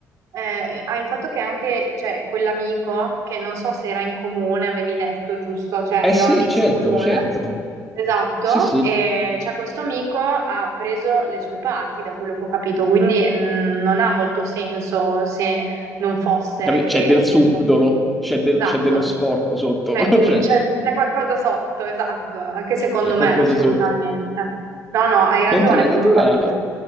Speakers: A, on the right (about 65°); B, in the centre.
A: eh, ah, il fatto che anche, cioè, quell'amico, che non so se era in comune, avevi detto, giusto, cioè
B: Eh
A: era
B: sì,
A: un amico
B: certo,
A: in comune,
B: certo.
A: esatto,
B: Sì, sì,
A: e cioè, questo amico ha preso le sue parti, da quello che ho capito, quindi mh, non ha molto senso se non fosse
B: Capi- c'è
A: che
B: del
A: appunto,
B: subdolo, c'è del-
A: esatto.
B: c'è dello sporco sotto.
A: Eh,
B: <laughs>
A: mm,
B: Cioè,
A: c'è c'è qualcosa sotto, esatto, anche secondo
B: c'è
A: me,
B: qualcosa
A: assolutamente.
B: sotto.
A: No, no, hai ragione
B: Mentre nella
A: comunque.
B: tua,
A: Alina.